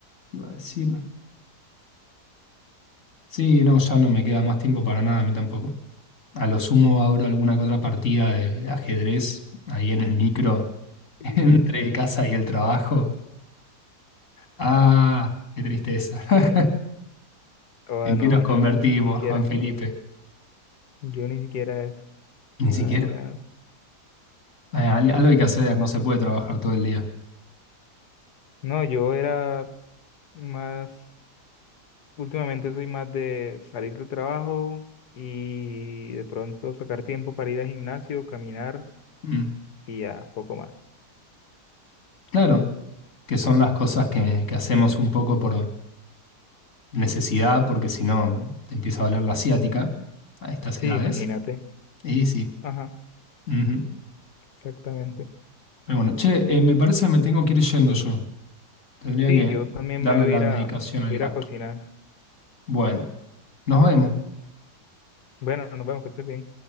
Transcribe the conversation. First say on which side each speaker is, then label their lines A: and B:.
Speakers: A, on the left; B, on the left.
A: iba a decir. Sí, no, ya no me queda más tiempo para nada, a mí tampoco. A lo sumo abro alguna que otra partida de, ajedrez ahí en el micro, <laughs>
B: sí
A: entre casa y el trabajo. Ah, qué tristeza. <laughs>
B: Oh,
A: ¿En
B: no,
A: qué nos
B: yo
A: convertimos,
B: no, ni siquiera.
A: Juan Felipe?
B: Yo ni siquiera eso,
A: Ni
B: nada
A: siquiera.
B: ni nada.
A: Eh, al- algo hay que hacer, no se puede trabajar todo el día.
B: No, yo era más, últimamente soy más de salir del trabajo y de pronto sacar tiempo para ir al gimnasio, caminar
A: Mm.
B: y ya, poco más.
A: Claro, que son las cosas que, que hacemos un poco por, necesidad, porque si no te empieza a doler la ciática a estas
B: Sí,
A: edades.
B: imagínate.
A: Y sí.
B: Ajá,
A: ujú.
B: exactamente.
A: Pero bueno, che, eh, me parece que me tengo que ir yendo yo. Tendría
B: Sí,
A: que
B: yo también
A: darle
B: me voy
A: la
B: a ir
A: medicación
B: a, voy
A: al
B: a ir
A: gato.
B: a cocinar.
A: Bueno, nos vemos.
B: Bueno, nos vemos, que estés bien.